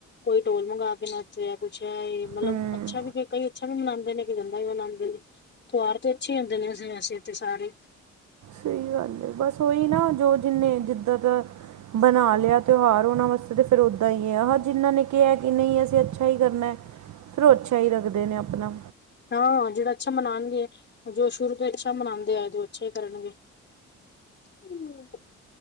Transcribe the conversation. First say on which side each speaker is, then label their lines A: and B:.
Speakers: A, on the left (about 35°); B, on the right (about 70°).
A: ਕੋਈ ਢੋਲ ਮੰਗਾ ਕੇ ਨ ਕੁਛ ਹੈ ਮਤਲਬ
B: ਹੂੰ
A: ਅੱਛਾ ਵੀਈ ਕਈਏ ਅੱਛਾ ਵੀ ਮਨਾਉਂਦੇ ਨੇ। ਕਣੀ ਗੰਦਾ ਵੀ ਮਨਾਉਂਦੇ ਨੇ, ਤਿਓਹਾਰ ਤੇ ਅੱਛੇ ਹੀ ਹੁੰਦੇ ਨੇ, ਵੈਸੇ ਤੇ ਸਾਰੇ।
B: ਸਹੀ ਗੱਲ ਹੈ। ਬਸ ਉਹੀ ਨਾ, ਜੋ ਜਿੰਨੇ ਜਿੱਦਾਂ ਦਾ। ਬਣਾ ਲਿਆ ਤਿਉਹਾਰ ਉਹਨਾਂ ਵਾਸਤੇ ਤਾਂ ਫਿਰ ਉਦਾਂ ਹੀ ਹੈ ਆ ਹਾਂ ਜਿਹਨਾਂ ਨੇ ਕਿਹਾ ਕਿ ਨਹੀਂ ਅਸੀਂ ਅੱਛਾ ਹੀ ਕਰਨਾ ਹੈ। ਫਿਰ ਉਹ ਅੱਛਾ ਹੀ ਰੱਖਦੇ ਨੇ ਆਪਣਾ
A: ਹਾਂ ਜਿਹੜਾ ਅੱਛਾ ਮਨਾਉਣਗੇ ਜੋ ਸ਼ੁਰੂ ਤੋਂ ਅੱਛਾ ਮਨਾਉਂਦੇ ਆ ਜੋ ਅੱਛਾ ਕਰਨਗੇ ਹੂ,,,